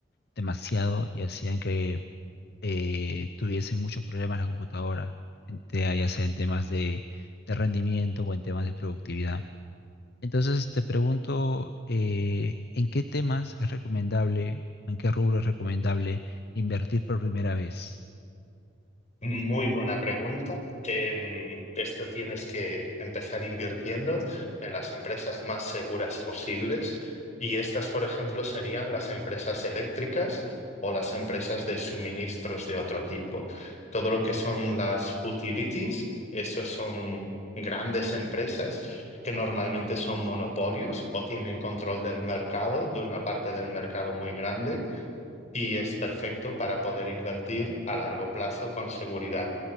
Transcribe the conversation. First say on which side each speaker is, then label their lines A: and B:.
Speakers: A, on the left; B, on the left.
A: demasiado y hacían que eh, tuviesen muchos problemas la computadora, en te- ya sea en temas de, de rendimiento o en temas de productividad. Entonces te pregunto, eh, ¿en qué temas es recomendable, en qué rubro es recomendable invertir por primera vez?
B: Muy buena pregunta. Em, esto tienes que empezar invirtiendo en las empresas más seguras posibles y estas, por ejemplo, serían las empresas eléctricas o las empresas de suministros de otro tipo. Todo lo que son las utilities, esos son grandes empresas que normalmente son monopolios o tienen control del mercado, de una parte del mercado muy grande y es perfecto para poder invertir a largo plazo con seguridad.